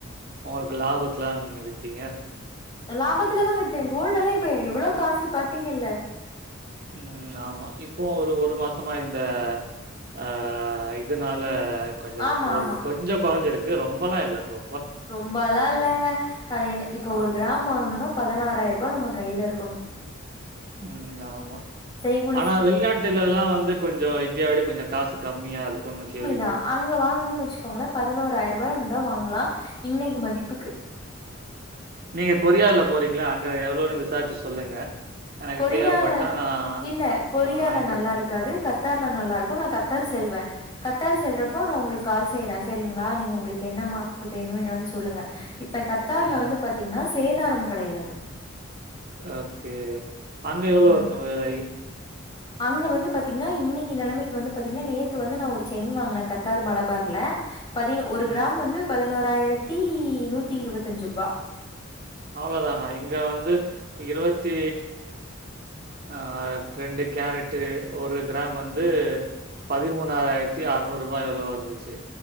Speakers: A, on the right; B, on the left.
A: உங்களுக்கு லாபத்துல தான நீங்க வித்தீங்க
B: லாபத்துலதா வித்தே கோல்டு எல்லா இப்ப எவ்ளோ காசு பாத்தீங்கல்ல
A: ம் ஆமா இப்போ ஒரு ஒரு மாசமா இந்த ஆ இதனால கொஞ்ச
B: ஆமா
A: கோல்டு
B: ஆமா
A: கொஞ்சொ கொறைஞ்சிருக்கு ரொம்பெல்லா இல்ல ப்ரோ
B: ரொம்பல்லா இல்லேங்க அது என் இப்ப ஒரு
A: ஆமா.
B: கிராம் வாங்கணுனா பதினாறாயிரூபா நம்ம கைல இருக்கணு
A: ம் நாமா
B: செய்கூ
A: ஆனா வெளிநாட்டுலல்லா வந்து கொஞ்சோ இந்தியா விட கொஞ்சொ காசு கம்மியா இருக்குன்னு கேள்வி
B: தா அங்க வாங்கனுன் வச்சுக் கோங்கள பதினோரயிரூபா இருந்தா வாங்கலா இன்னைக்கு மதிப்புக்கு
A: நீங்க கொரியால போறீங்களா அங்க எவ்ளோன்னு விசாரிச்சு சொல்லுங்க எனக்கு
B: கொரியால
A: தேவைப்பட்டா நான்
B: இல்ல கொரியால
A: அ வாங்கிட்டு
B: நல்லா
A: வர சொல்றேன்.
B: இருக்காது கத் தார்ல நல்லா இருக்கு நா கத்தார் செல்வ கத்தார் செல்றப்போ நா உங்களுக்கு கால் செய்யறே சேரிங்களா நீங்க உங்களுக்கு என்ன மா <inaudible> வேணு என்னன் சொல்லுங்க இப் ப கத்தார்ல
A: ம்.
B: வந்து பாத்தீங்கன்னா சேதாரம் கெடையாது
A: ஓகே அங்க எவ்ளோ
B: ம்
A: இருக்கு வெலை
B: அங்க வந்து பாத்தீங்கன்னா இன்னைக்கு நெலைமைக்கு வந்து பாத்தீங்கன்னா நேத்து வந்து நா ஒரு செயினு வாங்குனே கத்தார் மலபார்ல பதி ஒரு
A: ம்.
B: கிராம் வந்து பதினோறாயிரத்தி நூத்தி இருவத்தஞ்சு ரூபா
A: அவ்ளோதானா இங்க வந்து இருபத்தி ஆ ரெண்டு கேரட்டு ஒரு கிராம் வந்து பதிமூண ஆறாயிரத்தி ஆறுநூறு ரூபா எவ்ளவோ இருந்துச்சு